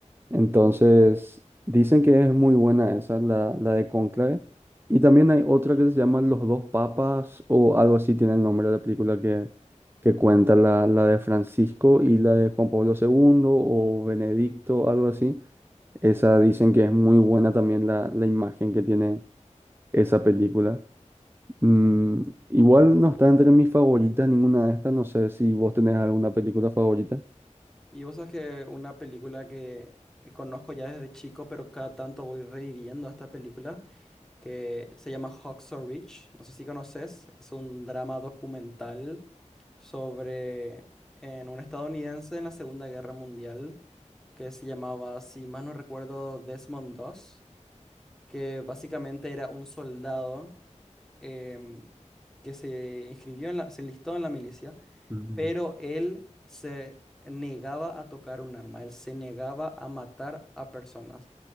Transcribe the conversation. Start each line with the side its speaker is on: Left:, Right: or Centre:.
Right: entonces, dicen que es muy buena esa, la, la de Cónclave. Y también hay otra que se llama Los dos papas o algo así tiene el nombre de la película que, que cuenta la, la de Francisco y la de Juan Pablo segundo o Benedicto, algo así. Esa dicen que es muy buena también la, la imagen que tiene esa película. Mm, igual no está entre mis favoritas ninguna de estas. No sé si vos tenés alguna película favorita.
Centre: Y vos sabes que una película que eh, conozco ya desde chico, pero cada tanto voy reviviendo esta película. que se llama Hacksaw Ridge. No sé si conoces, es un drama documental sobre en un estadounidense en la Segunda Guerra Mundial que se llamaba, si más no recuerdo, Desmond Doss, que básicamente era un soldado em, que se inscribió en la, se enlistó en la milicia
Right: Ujú,
Centre: pero él se negaba a tocar un arma, él se negaba a matar a personas